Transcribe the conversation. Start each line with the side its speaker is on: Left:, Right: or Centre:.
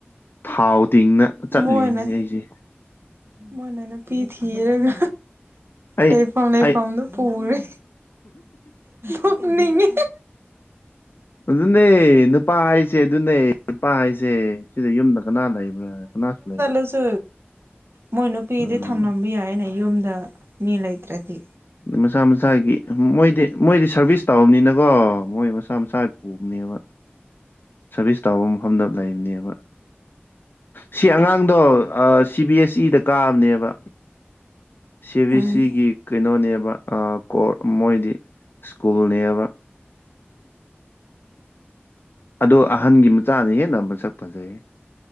Left: ꯊꯥꯎ ꯇꯤꯡꯅ ꯆꯠꯂꯤꯕꯅꯤ
Right: ꯃꯣꯏꯅ
Left: ꯑꯩꯁꯦ
Right: ꯃꯣꯏꯅ ꯅꯨꯄꯤ ꯊꯤꯔꯒ
Left: ꯑꯩ
Right: ꯂꯩ ꯄꯥꯎ ꯂꯩ
Left: ꯑꯩ
Right: ꯄꯥꯎ ꯄꯨꯔ ꯂꫭꯛ ꯅꯤꯡꯉꯦ
Left: ꯑꯗꯨꯅꯤ ꯅꯨꯄꯥ ꯍꯥꯏꯁꯦ ꯑꯗꯨꯅꯤ ꯅꯨꯄꯥ ꯍꯥꯏꯁꯦ ꯁꯤꯗ ꯌꯨꯝꯗ ꯀꯅꯥ ꯂꯩꯕ꯭ꯔꯥ ꯀꯅꯥꯁꯨ ꯂꯩꯔꯤꯦ
Right: ꯑꯗꯨꯁꯨ ꯃꯣꯏ ꯅꯨꯄꯤꯗꯤ
Left: ꯑ
Right: ꯊꯝꯂꯝꯕ ꯌꯥꯏꯅꯦ ꯌꯨꯝꯗ ꯃꯤ ꯂꯩꯇ꯭ꯔꯗꯤ
Left: ꯃꯁꯥ ꯃꯁꯥꯒꯤ ꯃꯣꯏꯗꯤ ꯃꯣꯏꯗꯤ ꯁꯥꯔꯚꯤꯁ ꯇꯧꯝꯅꯤꯅꯀꯣ ꯃꯣꯏ ꯃꯁꯥ ꯃꯁꯥ ꯄꯨꯕꯅꯦꯕ ꯁꯔꯚꯤꯁ ꯇꯧꯕ ꯃꯐꯝꯗ ꯂꯩꯕꯅꯦꯕ ꯁꯤ ꯑꯉꯥꯡꯗꯣ ꯁꯤ ꯕꯤ ꯑꯦꯁ ꯁꯤꯗꯥ ꯀꯥꯕꯅꯦꯕ ꯁꯤ ꯕꯤ
Right: ꯎꯝ
Left: ꯁꯤꯒꯤ ꯀꯩꯅꯣꯅꯦꯕ ꯀꯣꯔ ꯃꯣꯏꯗꯤ ꯁ꯭ꯀꯨꯜꯅꯦꯕ ꯑꯗꯣ ꯑꯍꯟꯒꯤ ꯃꯆꯥꯅ ꯍꯦꯟꯅ ꯃꯁꯛ ꯐꯖꯩꯌꯦ